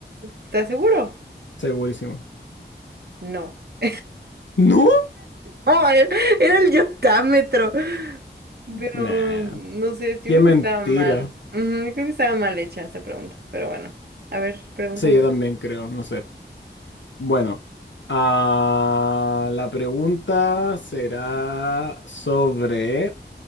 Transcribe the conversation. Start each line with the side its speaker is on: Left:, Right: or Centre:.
Right: ¿estás seguro?
Left: segurísimo.
Right: No. <laughs>
Left: ¿No?
Right: Oh, era era el yotámetro. Pero
Left: Nah.
Right: no sé, yo
Left: Qué
Right: creo
Left: mentira.
Right: que estaba mal. Ujú, yo creo que estaba mal hecha esta pregunta. Pero bueno, a ver, pregúntame.
Left: Sí, yo también creo, no sé. Bueno, ah, la pregunta será sobre,